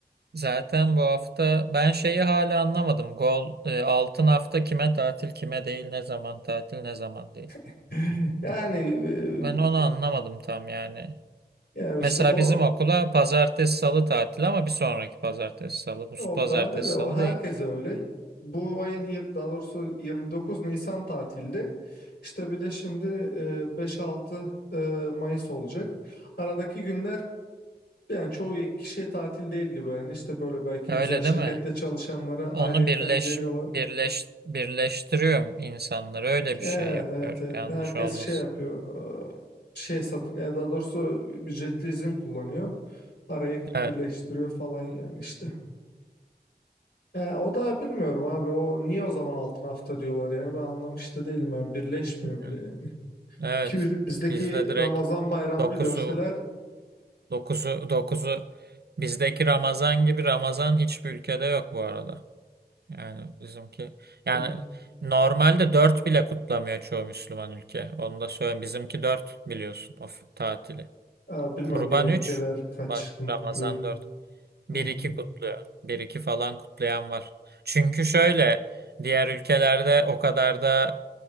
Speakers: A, on the right; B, on the left.
A: zaten bu hafta ben şeyi hala anlamadım. Gol eee, altın hafta kime tatil kime değil ne zaman tatil ne zaman değil.
B: <laughs> Yani eh,
A: Ben onu anlamadım tam yani.
B: yani
A: Mesela
B: işte bu
A: bizim okula pazartesi salı tatil ama bir sonraki pazartesi salı. Bu
B: O
A: pazartesi
B: bende de o
A: salı
B: herkese
A: değil.
B: öyle. Bu ayın yir- daha doğrusu 29 Nisan tatilde. İşte bir de şimdi e, 5-6 e, Mayıs olacak. Aradaki günler yani çoğu kişiye tatil değil gibi. Yani işte böyle belki
A: Öyle
B: güzel şirkette
A: değil mi?
B: çalışanlara
A: Onu
B: ayrıyetten
A: birleş
B: veriyorlar.
A: birleş birleştiriyorum insanları. Öyle bir
B: Evet,
A: şey yapıyor.
B: evet, evet.
A: Yanlış
B: Herkes
A: olmasın.
B: şey yapıyor. e, Şey satın, yani daha doğrusu ücretli izin kullanıyor. Araya
A: Evet.
B: birleştiriyor falan yani işte. E, o da bilmiyorum abi. O niye o zaman altın hafta diyorlar yani ben anlamış da değilim yani birleşmiyor
A: Hı.
B: bile yani. <laughs>
A: Evet.
B: Ki bizdeki
A: Bizde direkt
B: Ramazan bayramını
A: dokuzu
B: görseler
A: dokuzu dokuzu bizdeki Ramazan gibi Ramazan hiçbir ülkede yok bu arada. Yani bizimki yani
B: <clears throat>
A: normalde 4 bile kutlamıyor çoğu Müslüman ülke. Onu da söyleyeyim. Bizimki dört biliyorsun of tatili.
B: e, bilmem
A: Kurban
B: diğer ülkeler
A: 3,
B: kaç gün kutluyor.
A: Ramazan dört. Bir
B: Hı
A: iki
B: hı.
A: kutluyor. bir iki falan kutlayan var. Çünkü şöyle diğer ülkelerde o kadar da